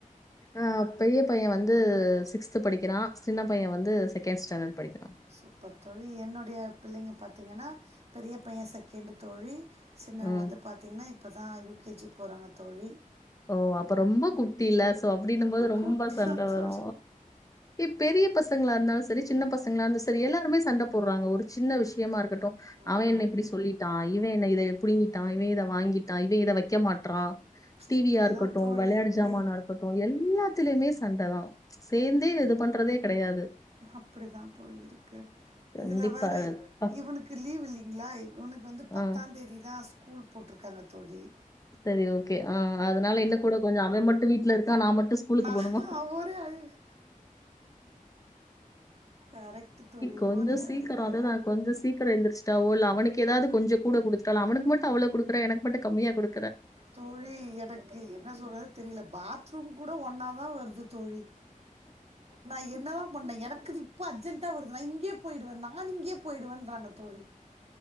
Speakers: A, on the left (about 25°); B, on the right (about 45°).
A: ஆஹ் பெரிய பைய வந்து து சிக்ஸ்த் படிக்கிறா சின்ன பைய வந்து செகண்ட் ஸ்டாண்டர்ட் படிக்கிற
B: சூப்பர் தோழி என்னுடைய பிள்ளைங்க பாத்தீங்கன்னா பெரிய பைய செகேண்டு் தோழி சின்னவ
A: ம்.
B: வந்து பாத்தீங்கன்னா இப்ப தா யூ கே ஜி போறாங்க தோழி
A: ஓ அப்ப ரொம்ப குட்டில சோ அப்டினும்போது ரொம்ப
B: குட்டி
A: சண்ட
B: தான்
A: வரு
B: தோழி.
A: இ பெரிய பச பசங்களா இருந்தாலு செரி சின்ன பசங்களா இருந்தும் செரி எல்லாருமே சண்ட போடுறாங்க ஒரு சின்ன விஷயமா இருக்கட்டு அவன்
B: ம்.
A: என்ன இப்டி சொல்லிட்டா இவ என்ன இத புடிங்கிட்டா இவ இத வாங்கிட்டா இவேன் இத வக்க மாற்றா டிவியா
B: இப்படிதான்
A: இருக்கட்டு
B: தோழி
A: வளையாட்டு
B: இருக்கு.
A: ஜமானா இருக்கட்டு எல்லாத்திலமே சண்டதா சேர்ந்தே இதுது பண்றதே கெடையாது
B: அப்டிதா தோழி இருக்கு
A: கண்டிப்பா.
B: இதுல வேற
A: பஸ்
B: இவனுக்கு லீவ் இல்லைங்களா இவனுக்கு வந்து பத்தாந்தேதி
A: ஆ
B: தா அ ஸ்கூல் போட்ருக்காங்க தோழி
A: சரி ஓக் கு அஹ்ம் அதனால என்ன கூட கொஞ்ச அவ மட்டு வீட்டுல இருக்க நா மட்டு ஸ்கூலுக்கு
B: நான்
A: போனுமா
B: ஒரே அழுக. கரெக்ட் தோழி.
A: கொஞ்ச
B: ஒரே
A: சீக்கிர
B: அழுக.
A: அததா கொஞ்ச சீக்கிர எந்திரிச்சுட்டவோ இல்ல அவனுக்கு ஏதாவது கொஞ்ச கூட குடுத்துட்டாலு அவனு மட்டு அவள குடுக்கற எனக்கு மட்ட கம்மியா குடு
B: தோழி எடக்கு என்ன சொல்றது தெரியல பாத்ரூம் கூட ஒன்னாவ் தா வருது தோழி நா என்னதா பண்ண எனக்கு இப்ப அர்ஜென்ண்டா வருது நா இங்கயே போயிடுவே நானு இங்கயே போயிடுவேன்றாங்க தோழி